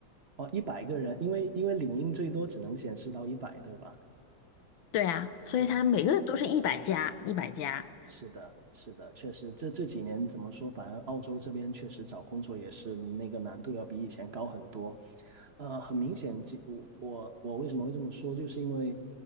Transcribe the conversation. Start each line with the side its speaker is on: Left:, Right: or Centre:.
Right: 哦，一百个人，因为因为领英最多只能显示到一百，对吧？
Left: 对啊，所以他每个人都是一百加，
Right: 对，
Left: 一百加。
Right: 是的，是的，确实，这这几年怎么说，反正澳洲这边确实找工作也是那个难度要比以前高很多。呃，很明显，这我我我为什么会这么说，就是因为